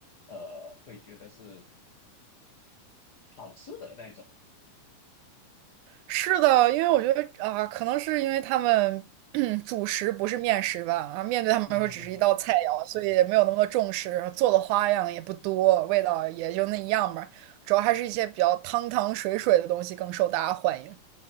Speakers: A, on the left; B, on the right.
A: 呃，会觉得是好吃的那种。
B: 是的。因为我觉得啊、可能是因为他们 <clears throat> 主食不是面食吧，啊，面对他们来说只是一道菜肴，
A: <laughs>
B: 所以也没有那么多重视，然后做的花样也不多，味道也就那一样吧。主要还是一些比较汤汤水水的东西更受大家欢迎。